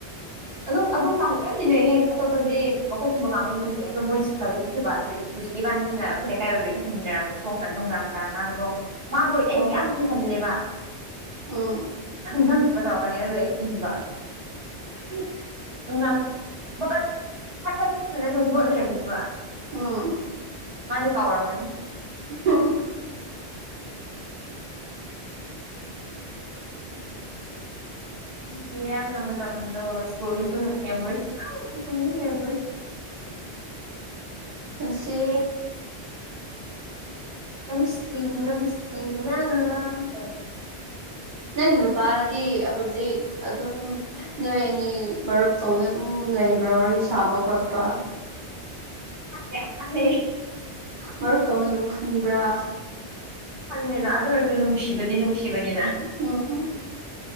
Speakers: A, on the right (about 80°); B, on the right (about 50°).
A: ꯑꯗꯣ ꯑꯗꯣ ꯌꯥꯝ ꯇꯤꯟꯅꯩꯌꯦ ꯑꯇꯣꯞꯄꯗꯤ ꯃꯀꯣꯛꯀꯨꯝꯕ ꯀꯥꯡꯒꯨꯝꯗꯤꯩ ꯑꯗꯣ ꯃꯣꯏ ꯁꯥꯏꯀꯜꯗꯁꯨ ꯊꯤꯕ ꯇꯧ ꯍꯧꯖꯤꯛꯀꯤ ꯏꯕꯥꯅꯤꯁꯤꯅ ꯑꯩꯈꯣꯏ ꯂꯩꯀꯥꯏ ꯑꯣꯏꯕꯒꯤ ꯍꯪꯃꯤꯟꯅꯔꯛꯄ ꯐꯣꯡꯅ ꯅꯨꯡꯗꯥꯡ ꯆꯥꯔꯀꯥꯟꯗꯒꯣ ꯃꯥꯗꯣꯏ
B: ꯑꯣ
A: ꯑꯩꯕꯨ ꯌꯥꯝ ꯀꯤꯍꯜꯂꯦꯕ
B: ꯎꯝ
A: ꯊꯪꯄꯊꯧꯔꯛꯀꯅꯤ ꯑꯗꯨ ꯑꯩ ꯀꯤꯕ
B: ꯎ
A: ꯅꯨꯡꯗꯥꯡ ꯕꯕ ꯁꯠ ꯁꯠ ꯁꯠ ꯈꯅ ꯑꯗꯨꯧ ꯍꯣꯠ ꯂꯩꯔꯝꯒꯦꯕ
B: ꯎꯝ
A: ꯃꯥꯗꯤ ꯀꯥꯎꯔꯝꯃꯅꯤ
B: <unintelligible>
A: ꯁꯤ ꯌꯥꯝ ꯌꯥꯝ ꯅꯃ ꯃꯇꯝꯗꯣꯣꯒꯤꯁꯨ ꯃꯦꯁꯤ ꯌꯥꯝ ꯃꯁꯤ
B: ꯄꯨꯁꯤ
A: ꯅ ꯅꯁꯤꯄꯤꯅꯥ
B: ꯅꯪ ꯅꯨꯄꯥꯗꯤ ꯍꯧꯖꯤꯛ ꯑꯗꯨꯝ ꯅꯣꯏ ꯑꯅꯤ ꯃꯔꯨꯞ ꯇꯧꯅ ꯑꯗꯨꯝ ꯂꯩꯕ꯭ꯔꯥ ꯋꯥꯔꯤ ꯁꯥꯕ ꯈꯣꯠꯄ
A: ꯈꯥꯟꯗꯦ ꯈꯥꯟꯩ
B: ꯃꯔꯨꯞꯇꯧꯅ ꯑꯗꯨꯝ ꯈꯟꯕ꯭ꯔꯥ
A: ꯈꯪꯉꯦꯗ ꯑꯗꯨ ꯑꯣꯏꯔꯁꯨ ꯅꯨꯡꯁꯤꯕꯗꯤ ꯅꯨꯡꯁꯤꯕꯅꯤꯅ
B: ꯎꯝꯝ